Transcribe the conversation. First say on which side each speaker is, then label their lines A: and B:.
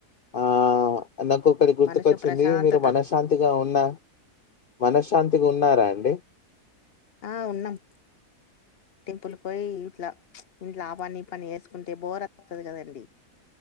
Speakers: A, on the left; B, on the left.
A: ఆ నాకు ఒకటి గుర్తుకొచ్చింది
B: మనసు ప్రశాంతత
A: మీరు మనశాంతిగా ఉన్నా మనశ్శాంతిగా ఉన్నరాండి
B: ఆ ఉన్నాం టెంపుల్కి పోయి, ఇట్లా ప్చ్, ఇంట్ల ఆ పని, ఈ పని వేసుకుంటే బోర్ వత్తది కదండి.